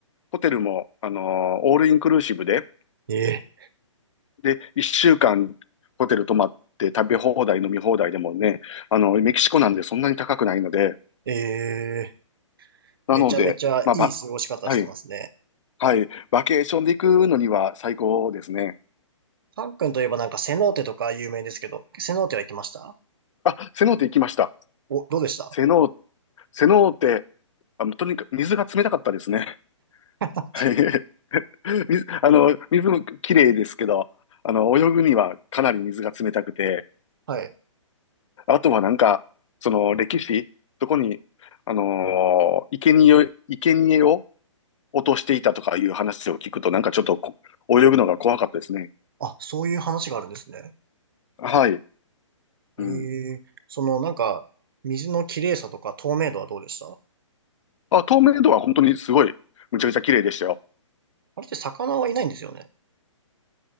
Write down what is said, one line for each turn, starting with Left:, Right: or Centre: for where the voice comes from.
Left: ホテルも、あのー、オールインクルーシブで、
Right: ええ。
Left: で、一週間ホテル泊まって食べ放題、飲み放題でもね、あの、メキシコなんでそんなに高くないので、
Right: ええ。
Left: なので、
Right: めちゃめちゃいい過ごし方してますね。
Left: まあ、ば、はい、はい、バケーションで行くのには最高ですね。
Right: カン君といえばなんかセノーテとか有名ですけど、セノーテは行きました
Left: あ、セノーテ行きました。
Right: お、どうでした
Left: セノー、セノーテ、あの、とにかく水が冷たかったですね。
Right: <laughs>
Left: はい。<laughs> 水、あの、水も綺麗ですけど、あの、泳ぐにはかなり水が冷たくて、
Right: はい。
Left: あとはなんか、その歴史、そこに、あのー、生贄を、生贄を落としていたとかいう話を聞くと、なんかちょっとこ泳ぐのが怖かったですね。
Right: あ、そういう話があるんですね。
Left: はい。
Right: ええ、
Left: うん。
Right: そのなんか、水の綺麗さとか透明度はどうでしたあ
Left: あ、透明度は本当にすごい、むちゃくちゃ綺麗でしたよ。
Right: れって魚はいないんですよね。